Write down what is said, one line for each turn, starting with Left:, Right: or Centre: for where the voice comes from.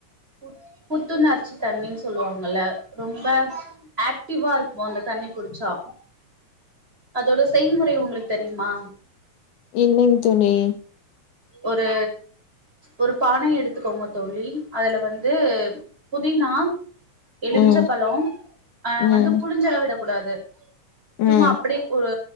Right: புத் புத்துணர்ச்சி தண்ணினு சொல்லுவாங்கல்ல ரொம்ப ஆக்ட் டிவா இருக்கு அந்த தண்ணி குடிச்சா அதோட செய்முறை உங்குளுக்கு தெரியுமா
Left: இல்லைங் தோழி
Right: ஒரு ஒரு பானை எடுத்துக்கோங்க தோழி அதுல வந்து புதினா எலுமிச்சம்
Left: ம்
Right: பழ அ
Left: ம்
Right: வந்து புளிஞ்செல்லா விடக் கூடாது
Left: ம்
Right: சும்மா அப்பிடி ஒரு